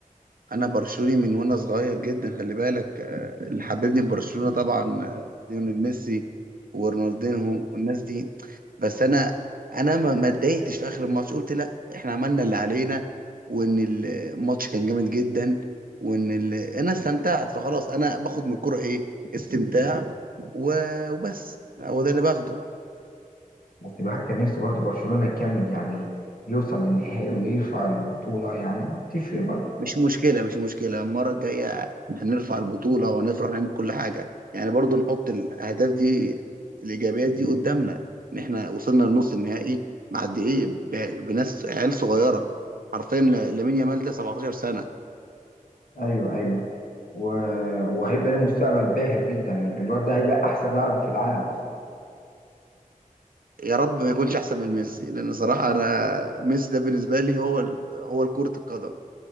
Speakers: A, on the right; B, on the left.
A: انا برشلوني من وانا صغير جدا خلي بالك آه، اللي حببني في برشلونة طبعا آه، ليونيل ميسي ورونالدينهو والناس دي بس انا انا ما ما اتضايقتش في اخر الماتش قلت لا احنا عملنا اللي علينا وان الماتش كان جامد جدا وان ال... انا استمتعت فخلاص انا باخد من الكوره ايه استمتاع و... وبس هو ده اللي باخده
B: بس الواحد كان نفسه برضه برشلونة يكمل يعني يوصل للنهائي ويرفع البطولة يعني تفرق برضه
A: مش مشكلة مش مشكلة المرة الجاية هنرفع البطولة وهنفرح نعمل كل حاجة يعني برضو نحط الأهداف دي الإيجابيات دي قدامنا إن إحنا وصلنا لنص النهائي مع قد إيه ب- بناس عيال صغيرة حرفيا ل- لامين يامال ده 17 سنة
B: ايوه ايوه و... وهيبقى له مستقبل باهر جدا ال- الواد ده هيبقى احسن لاعب في العالم اصلا
A: يا رب ما يكونش أحسن من ميسي لأن صراحة أنا ميسي ده بالنسبة لي هو ال- هو كرة القدم